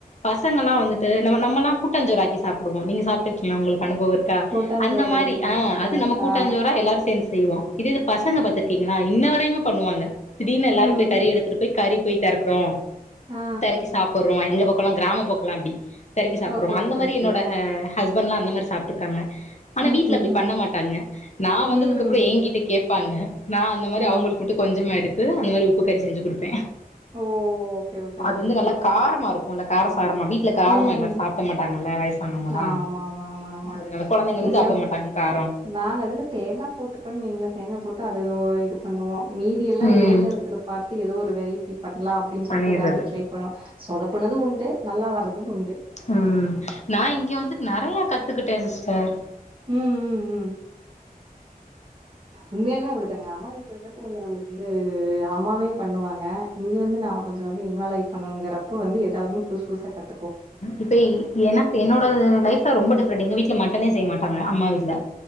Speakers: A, on the left; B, on the right.
A: பசங்க எல்லா வந்துட்டு நம்ம நம்மலா கூடாஞ்சோறு ஆக்கி சாப் டுவோ நீங்க சாப்ட்ருக்கீங்களா உங்களுக்கு அனுபவ இருக்க
B: கூட்டாஞ்சோறு
A: அந்த மாதிரி
B: இல்லங்க
A: ஆ அது நம்ம கூட்டாஞ்சோரா
B: ஆ
A: எல்லாரு சேந்து செய்வோ இதே இது பசங்க பாத்திருக்கீங்களா இன்ன வரையமே பண்ணுவாங்க திடீர்னு எல்லாரு
B: ம்
A: போய் கறி எடுத்துட்டு போய் கறி போய் தெறக்குறோ
B: ஆ
A: தெறக்கி சாப்புர்றோ எங்க பக்கோலா கிராம பக்கோலா அப்டி தெறக்கி சாப்பிடுவோ
B: ஓகே,
A: அந்த
B: ஓகே,
A: மாரி
B: ஓகே,
A: என்னோட
B: ஓகே.
A: ஹஸ்பண்ட்லா அந்த மாரி சாப்ட்ருக்காங்க ஆனா
B: ம்,
A: வீட்ல
B: ம்,
A: அப்டி
B: ம்.
A: பண்ண மாட்டாங்க நா வந்ததுக்கப்றோ
B: ம்.
A: எங்கிட்ட கேப்பாங்க நா அந்த மாரி
B: ஆ.
A: அவுங்குளுக் கொஞ்சமா எடுத்து அந்த மாரி உப்பு கறி செஞ்சு குடுப்பே
B: ஓ! ஓகே, ஓகே,
A: அது
B: ஓகே,
A: வந்து
B: ஓகே.
A: நல்ல காரமார்க் கொஞ்சோ கார சாரமா வீட்டுல காரமா
B: ம்.
A: எல்லாரு சாப்ட மாட்டாங்கல்ல வயசானவங்கல்லா
B: ஆமா, ஆமா, ஆமா, ஆமா.
A: அதுனால கொழந்தைகளு சாப்ட
B: ஏன்
A: மாட்டாங்க்கா
B: நாங்க அதுல தேங்கா போட்டுக்குன் வைங்களே தேங்கா போட்டு அது ஓ இது பண் தா மீதி எல்லா
A: ம்
B: இணையதளத்துல பாத்து ஏதோ ஒரு வெரைட்டி பண்ணலா அப்டின்னு
A: பண்ணிறது
B: சொல்லிட்டு ஏதாது ட்ரை பண்ணோ சொதப்புனதூ உண்டு நல்லா வரதுக்குண்டு
A: ம் நா இங்க வந்துட் நறைய கத்துக்கிட்டே சிஸ்டர்
B: ம் ம் ம் உண்மையாலுமே அப்டித்தாங்க அம்மா வீட்லருக்கப்ப கொஞ்ச நம்ளுக் வந்து அம்மாவே பண்ணுவாங்க இங்க வந்து நாம கொஞ்சோ வந் இன்வால்ய்லாகி பண்ணுங்கறப்ப வந்து எதாவது புதுச புதுசா கத்து
A: இப்பஐ எனக்கு என்னோட லைஃப்ல ரொம்ப டிஃப்ரெண்ட் எங்க வீ ட்ல மட்டனே செய்ய மாட்டாங்க அம்மா வீட்டுல